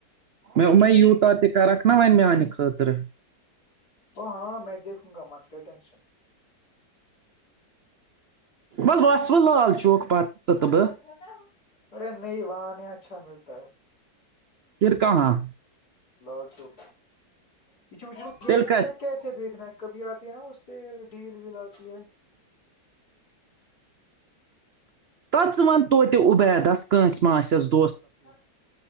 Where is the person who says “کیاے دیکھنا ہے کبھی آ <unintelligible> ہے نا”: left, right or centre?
Left